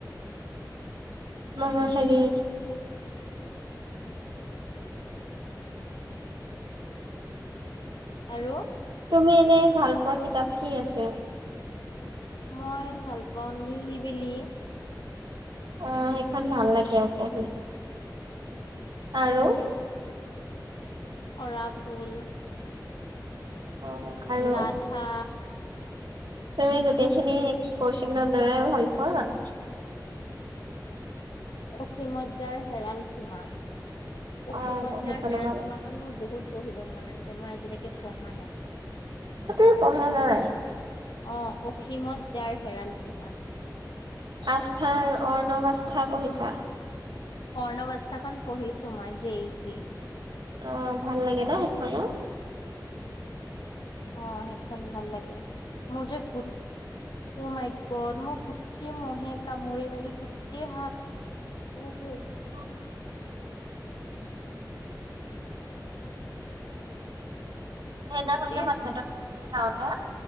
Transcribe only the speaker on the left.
আৰু?
মই ভাল পাওঁ নিৰিবিলি।
সৰাফুল।
ৰাধা।
অসীমত যাৰ হেৰাল সীমা। অসীমত
যাৰ
হেৰাল
সীমাখন মোৰ বহুত পঢ়িব মন আছে, মই আজিলৈকে পঢ়া নাই।
অ' অসীমত যাৰ হেৰাল সীমা।
অৰ্ণৱ আস্থাখন পঢ়িছো মই যে জে ই ছি।
অ' সেইখন ভাল লাগে, মোৰ যে গোট উ মাইগড মোৰ গোটেই মহে কামুৰি মেলি গোটেই হাত উ
<inaudible>
গোটেই